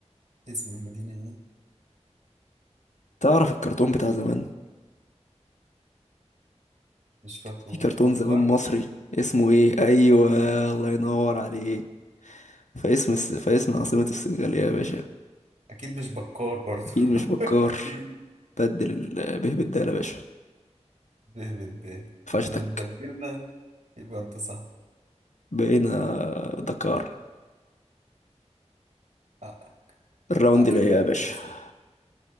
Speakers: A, on the right; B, on the left.
A: اسم المدينة إيه؟
B: تعرف الكرتون بتاع زمان
A: مش فاكره
B: في
A: برضه
B: كرتون
A: بكار
B: زمان مصري اسمه ايه ايوه الله ينور عليك فاسم الس... فاسم عاصمة السنغال إيه يا باشا
A: أكيد مش بكار برضه
B: اكيد مش
A: <laughs>
B: بكار
A: أكيد
B: بدل ال- به بالدال يا باشا
A: به بالدال
B: فشتك
A: بدل ما بدلنا يبقى انت صح
B: بقينا دكار
A: حقك
B: الراوند
A: حقك
B: اللي هي
A: يا
B: يا
A: عم
B: باشا
A: تكسب